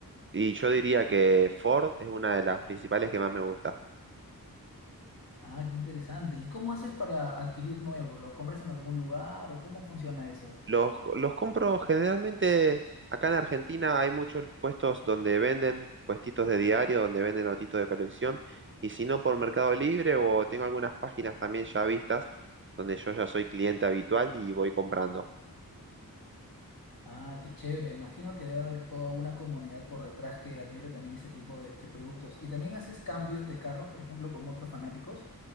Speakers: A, on the right; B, on the left.
A: Y yo diría que Ford es una de las principales que más me gusta.
B: Ah, qué interesante. ¿Y cómo haces para adquirir nuevo? ¿Lo compras en algún lugar o cómo funciona eso?
A: Los, co- los compro generalmente, acá en Argentina hay muchos puestos donde venden, puestitos de diario, donde venden notitos de colección, y si no por Mercado Libre o tengo algunas páginas también ya vistas, donde yo ya soy cliente habitual y voy comprando.
B: Ah, qué chévere. Imagino que debe haber toda una comunidad por detrás que admira también ese tipo de, de productos. ¿Y también haces cambios de carros, por ejemplo, con otros fanáticos?